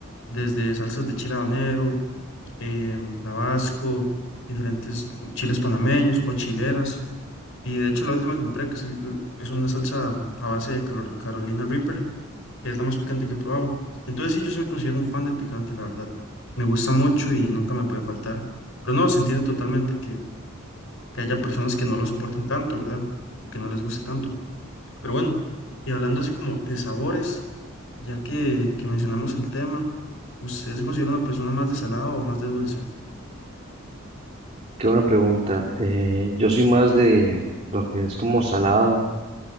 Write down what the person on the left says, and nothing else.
desde salsas de chile habanero, em, tabasco, diferentes cu- chiles panameños o chileras. Y de hecho la última que compré, que es, el- es una salsa a base de calor- Carolina Reaper, que es la más picante que he probado. Entonces sí, yo sí me considero un fan del picante, la verdad. Me gusta mucho y nunca me puede faltar. Pero no, se entiende totalmente que haya personas que no lo soporten tanto, ¿verdad? O que no les guste tanto. Pero bueno, y hablando así como de sabores, ya que, que mencionamos el tema, ¿usted se considera una persona más de salado o más de dulce?